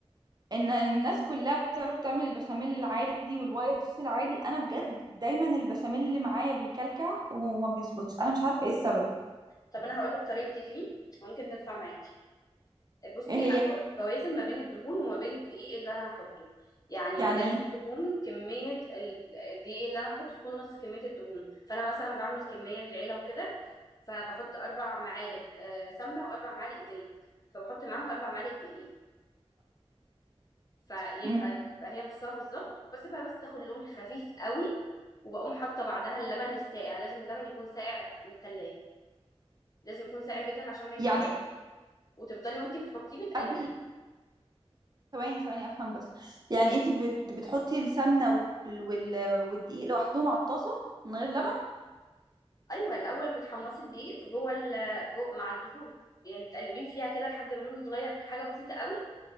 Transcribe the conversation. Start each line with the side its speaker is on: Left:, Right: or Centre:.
Right: ان الناس كلها بتعرف تعمل البشاميل العادي والوايت صوص العادي انا بجد دايما البشاميل اللي معايا بيكلكع وما بيظبطش انا مش عارفة ايه السبب
Left: طب انا هقول لك طريقتي فيه ممكن تنفع معاكي بصي
Right: ايه هي
Left: انا بوازن ما بين الدهون وما بين الدقيق اللي انا هحطه يعني
Right: يعني
Left: لازم
Right: ايه
Left: تكون كميه ال- الدقيق اللي انا هحطه تكون نص كميه الدهون فانا مثلا بعمل كميه للعيله وكده فبحط اربع معالق آه، سمنه واربع معالق زيت فبحط معاهم اربع معالق دقيق فيبقى
Right: امم
Left: يبقى هي نصها بالظبط وبسيبها بس تاخد لون خفيف قوي وبقوم حاطه بعدها اللبن الساقع لازم اللبن يكون ساقع من التلاجة لازم يكون ساقع جدا عشان ما يكتلش
Right: يعني
Left: وتفضلي وانتي بتحطيه بتقلبي
Right: قبل ثواني ثواني افهم بس يعني انت بت... بتحطي السمنة وال... وال... والدقيق لوحدهم على الطاسة من غير لبن
Left: ايوه الاول بتحمصي الدقيق في جوه ال- جو مع الدهون يعني بتقلبيه فيها كده لحد ما لونه يتغير حاجه بسيطه قوي